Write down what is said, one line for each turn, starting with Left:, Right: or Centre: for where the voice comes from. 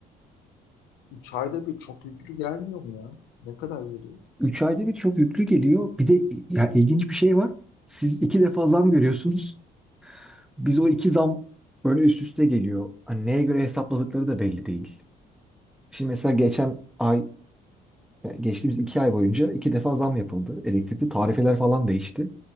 Left: 3 ayda bir çok yüklü gelmiyor mu ya? Ne kadar geliyor?
Centre: 3 ayda bir çok yüklü geliyor. Bir de ya ilginç bir şey var. Siz iki defa zam görüyorsunuz. Biz o iki zam böyle üst üste geliyor. Hani neye göre hesapladıkları da belli değil. Şimdi mesela geçen ay, yani geçtiğimiz iki ay boyunca iki defa zam yapıldı. Elektrikli tarifeler falan değişti.